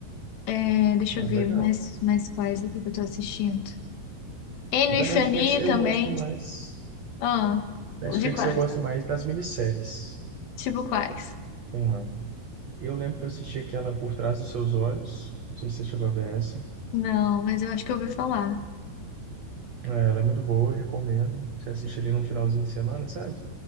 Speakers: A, on the left; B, on the right.
A: É, deixa
B: Ah,
A: eu ver
B: legal.
A: mais, mais quais aqui que eu tô assistindo. Ennio
B: Da
A: e Fianni
B: Netflix eu
A: também.
B: gosto mais.
A: Ah,
B: Netflix
A: de quais?
B: eu gosto mais das minisséries.
A: Tipo quais?
B: Tem lá. Eu lembro que eu assisti aquela Por Trás dos Seus Olhos. Não sei se você chegou a ver essa.
A: Não, mas eu acho que eu ouvi falar.
B: É, ela é muito boa, recomendo. Você assiste ali no finalzinho de semana, sabe?